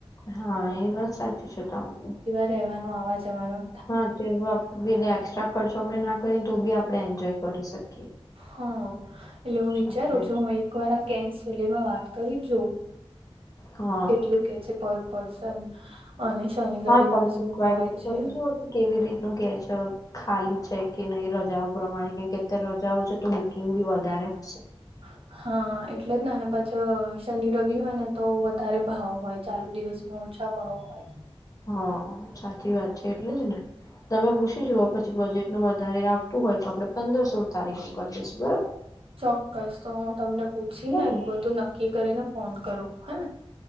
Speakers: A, on the left; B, on the right.
A: હા એ વાત સાચી છે તમારી
B: રહેવા આવા જવાનું
A: હા તે એક્સ્ટ્રા ખર્ચો આપડણે ના કરીએ તો બી આપણે એન્જોય કરી શકીએ
B: હા એટલે હું વિચારું
A: સાચે
B: છું
A: છે.
B: હું એ રા કેસલેમાં વાત કરી જો
A: હા
B: કેટલું છે. પર પર્સન અને શનિ રવિ
A: હા તમે
B: માં શું
A: ઇન્ક્વાયરી
B: હોય
A: તો
B: છે.
A: કરી જુઓ કે કેવી રીતનું કે છે. ખાલી છે. કે નહી રજાઓ પ્રમાણે કે અત્યારે રજાઓ છે. તો બુકીગ બી વધારે હશે
B: હા <unintelligible> હા એટલે જ પાછી શનિ રવિ હોય ને તો વધારે ભાવ હોય ચાલુ દિવસમાં ઓછા ભાવ હોય.
A: હા સાચી વાત છે. એટલે જ ને તમે પૂછી જુઓ પછી બજેટનું વધારે આવતું હોય તો આપડે પંદર સોળ તારીખ નું કરી દઈશું બરોબર.
B: ચોક્કસ તો હું તમને પૂછી
A: હા
B: ને એક બધું નક્કી કરીને ફોન કરું હેને